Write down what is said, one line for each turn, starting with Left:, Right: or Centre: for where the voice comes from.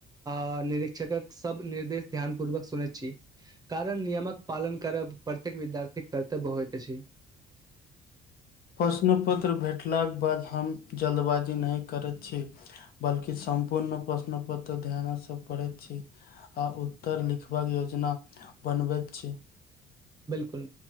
Right: अ निरीक्षकक सब निर्देश ध्यान पूर्वक सुनैत छी। कारण नियमक पालन करब प्रत्येक विद्यार्थी कर्तव्य होइत अछि।
Left: प्रश्न पत्र भेटलाक बाद हम जल्दबाजी नहि करैत छी। बल्कि सम्पूर्ण प्रश्न पत्र ध्यानसँ पड़ैत छि। आ उत्तर लिखबाक योजना बनबैत छी।
Right: बिलकुल